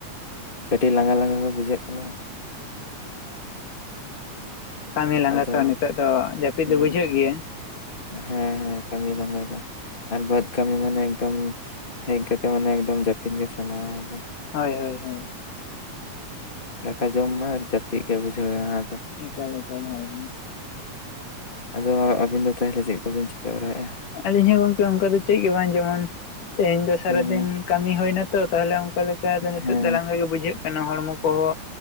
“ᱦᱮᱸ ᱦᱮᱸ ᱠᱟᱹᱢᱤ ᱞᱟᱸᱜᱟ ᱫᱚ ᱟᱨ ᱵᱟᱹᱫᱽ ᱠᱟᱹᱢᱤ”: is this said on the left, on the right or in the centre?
Left